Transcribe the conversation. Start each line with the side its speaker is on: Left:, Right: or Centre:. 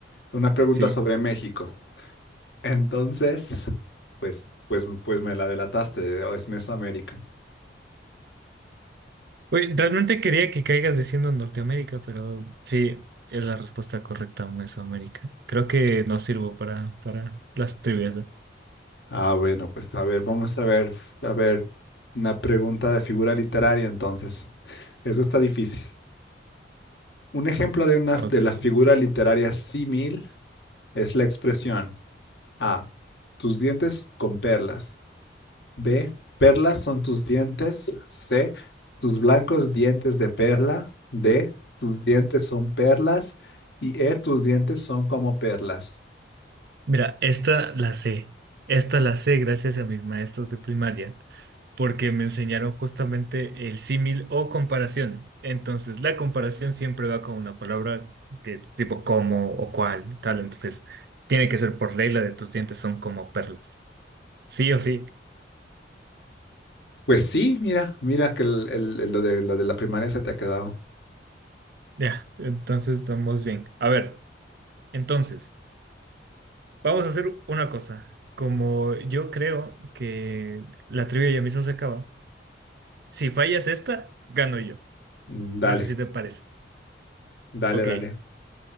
Left: una pregunta
Right: Sí.
Left: sobre México. Entonces, pues, pues, pues me la delataste, o es Mesoamérica.
Right: Güey, realmente quería que caigas diciendo Norteamérica, pero sí, es la respuesta correcta, Mesoamérica. Creo que no sirvo para, para las trivias. ¿eh?
Left: Ah, bueno, pues a ver, vamos a ver, a ver, una pregunta de figura literaria entonces. Eso está difícil. Un ejemplo de una
Right: Ok.
Left: de la figura literaria símil es la expresión A, tus dientes con perlas. B, perlas son tus dientes. C, tus blancos dientes de perla. D, tus dientes son perlas. Y E, tus dientes son como perlas.
Right: Mira, esta la sé. Esta la sé gracias a mis maestros de primaria, porque me enseñaron justamente el símil o comparación. Entonces, la comparación siempre va con una palabra de tipo como o cual, tal. Entonces, tiene que ser por ley la de tus dientes son como perlas. Sí o sí.
Left: Pues sí, mira, mira que el- el- el- lo de, lo de la primaria se te ha quedado.
Right: Ya, entonces vamos bien. A ver, entonces, vamos a hacer una cosa. Como yo creo que la trivia ya mismo se acaba, si fallas esta, gano yo.
Left: Dale.
Right: No sé si te parece.
Left: Dale,
Right: Ok,
Left: dale.